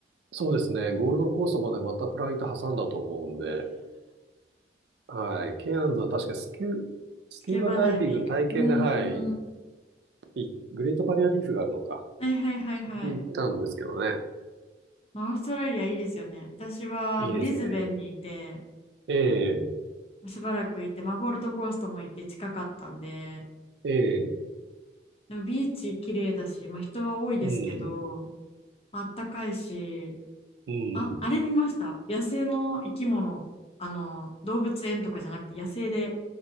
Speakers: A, on the right; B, on the left.
A: そうですね、ゴールドコーストまでまたフライト挟んだと思うんで、はい。ケアンズは確かスキュー、スキューバダイビング体験で、
B: スキューバダイビングうーん
A: はい、いグレートバリアリーフがあるのか。
B: はいはいはいはい
A: それで行ったんですけどね。
B: まあオーストラリアいいですよね私はブリズベンにいて
A: いいですね。ええ、
B: しばらくいて、まあ、ゴールドコーストも行って近かったんで
A: ええ、
B: でもビーチ綺麗だし、まあ、人は多いですけど、
A: うん、
B: まああったかいし、
A: うん。
B: あ、あれ見ました。野生の生き物、あの、動物園とかじゃなくて野生で、